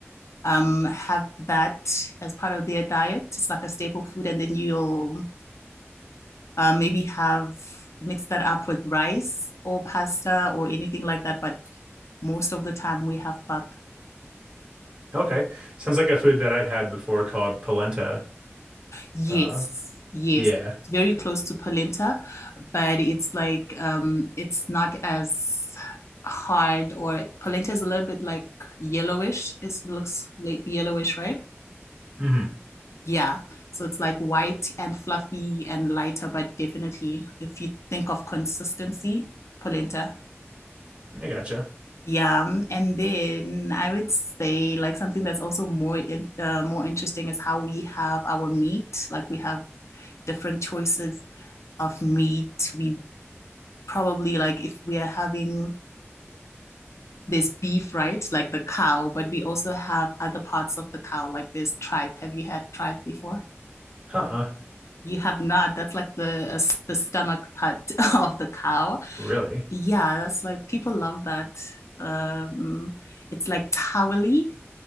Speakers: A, on the left; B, on the right.
A: um, have that as part of their diet. It's like a staple food, and then you'll uh, maybe have mixed that up with rice or pasta or anything like that. But most of the time we have pap.
B: Okay. Sounds like a food that I've had before called polenta.
A: Yes,
B: Uh,
A: yes.
B: yeah.
A: It's very close to polenta, but it's like um it's not as hard or polenta is a little bit like yellowish. It looks like yellowish, right?
B: hmm
A: Yeah. So it's like white and fluffy and lighter, but definitely if you think of consistency, polenta.
B: I gotcha.
A: Yeah, And then I would say like something that's also more in, uh, more interesting is how we have our meat. Like we have different choices of meat. We probably like if we are having this beef, right? Like the cow, but we also have other parts of the cow, like this tripe. Have you had tripe before?
B: Huh.
A: You have not. That's like the uh, s- the stomach part <laughs> of the cow.
B: Really?
A: Yeah, that's like people love that. Um, it's like towely.